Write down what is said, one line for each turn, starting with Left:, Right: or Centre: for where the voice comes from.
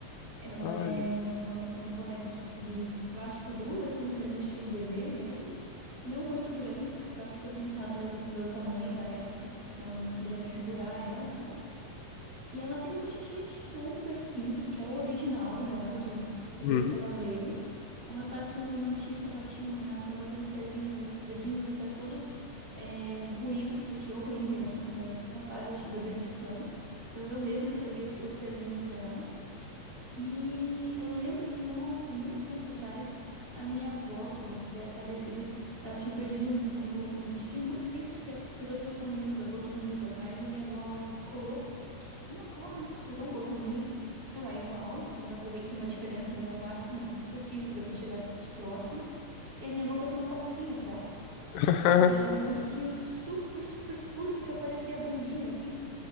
Right: Ela
Left: Olha.
Right: é uma, uma, uma boneca de, de plástico duro, assim, no, se- no estilo bebê mesmo. Não muito grande, porque eu acho que foi pensada mesmo pro meu tamanho da época, porque senão eu não conseguiria nem segurar ela, sabe? E ela tem um vestidinho super simples, que é o original dela, de, do
Left: Hum.
Right: jeito que ela veio. Ela tá com, não tinha sapatinho nem nada, então ela tem os pezinhos, os dedinhos dos pés todos é, ruídos, porque eu roí mesmo quando era na fase, acho que da dentição. Então eu mesma estraguei os os pezinhos dela. E eu lembro que, nossa, muito tempo atrás, a minha avó, que já é falecida, ela tinha perdido um, bu- um bu- um vestidinho muito simples, que é, tinha dois botõezinhos, botõezinhos atrás, e a minha avó colou, cos- não, colou, né? Costurou um botãozinho. Não é igual, então dá pra ver que tem uma diferença, mas é o máximo possível que dá pra chegar de próximo. E a minha avó fez uma calcinha pra ela,
Left: <laughs>
Right: porque ela veio com um vestidinho super, super curto que aparecia a bundinha, assim.